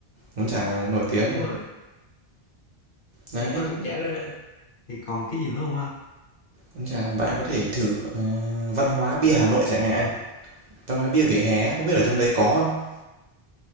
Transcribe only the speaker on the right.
Bún chả nổi
tiếng
này.
Đấy
Con chà, bạn có thể thử, ờ, văn hóa bia Hà Nội chẳng hạn, văn hóa bia vỉa hè
không biết ở trong đấy có không?